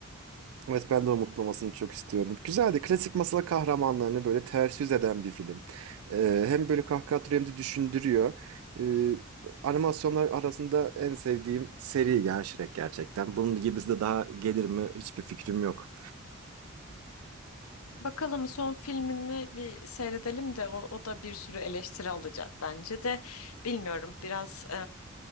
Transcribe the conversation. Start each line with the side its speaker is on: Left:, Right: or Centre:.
Right: Evet ben de onun mutlu çok istiyorum. Güzeldi. Klasik masal kahramanlarını böyle ters yüz eden bir film. Ee, hem böyle kahkaha atıyor hem de düşündürüyor. Ee, animasyonlar arasında en sevdiğim seri ya Shrek gerçekten. Bunun gibisi de daha gelir mi hiçbir fikrim yok.
Left: Bakalım son filmini bir seyredelim de o, o da bir sürü eleştiri alacak bence de bilmiyorum biraz